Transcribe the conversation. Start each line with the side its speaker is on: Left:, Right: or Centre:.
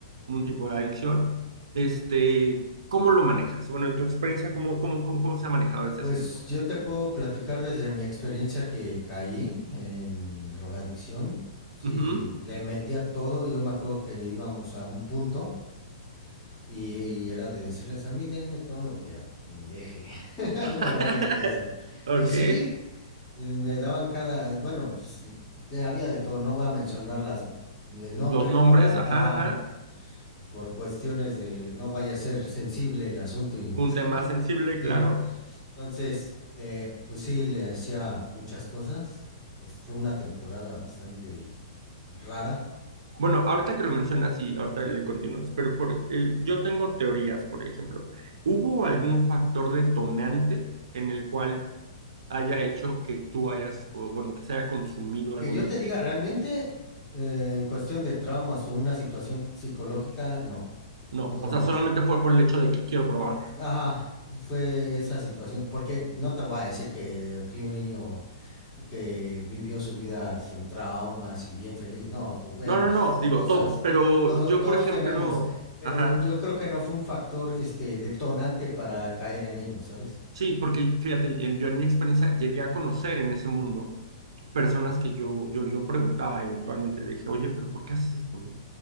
Right: un tipo de adicción, este,
Left: sí,
Right: ¿cómo lo manejas? Bueno, en tu experiencia, ¿cómo, cómo, cómo, cómo se ha manejado este
Left: Pues
Right: asunto?
Left: yo te puedo platicar desde mi experiencia que caí en drogadicción. Sí,
Right: Ujú.
Left: le metía todo. Yo me acuerdo que íbamos a un punto y, era de decirles a mí, denme todo lo que apendeje. <laughs> Me
Right: <laughs>
Left: vale queso.
Right: Ok,
Left: Y sí, me daban cada, bueno, pues, te- había de todo. No voy a mencionar las, el nombre
Right: los nombres,
Left: para, ajá,
Right: ajá, ajá.
Left: por cuestiones de no vaya a ser sensible el asunto. Y,
Right: Un tema sensible,
Left: <laughs>
Right: claro.
Left: Entonces, de, pues sí, le hacía muchas cosas. Es- fue una temporada bastante rara.
Right: Bueno, ahorita que lo mencionas, sí, ahorita
Left: Ujú.
Right: le continúas, pero por, eh, yo tengo teorías, por ejemplo. ¿Hubo algún factor detonante en el cual haya hecho que tú hayas, o bueno, que se haya consumido
Left: Que
Right: algo.
Left: yo
Right: en-
Left: te diga realmente, eh, en cuestión de traumas o una situación psicológica, no,
Right: No,
Left: lo dudo
Right: o sea,
Left: mucho.
Right: solamente fue por el hecho de que quiero probar.
Left: Fu- fu- Ajá, fue esa situación, porque no te voy a decir que fui un niño que vivió su vida sin traumas y bien feliz. No, tuve
Right: No,
Left: mis
Right: no, no, digo
Left: cosas.
Right: todos, pero
Left: Todo,
Right: yo,
Left: todos
Right: por ejemplo,
Left: tenemos, pero
Right: ajá,
Left: yo creo que no fue un factor este, detonante para caer en ello, ¿sabes?
Right: sí, porque fíjate, en- yo en mi experiencia llegué a conocer en ese mundo personas que yo, yo, yo preguntaba eventualmente, le dije, oye, pero ¿por qué haces esto, no?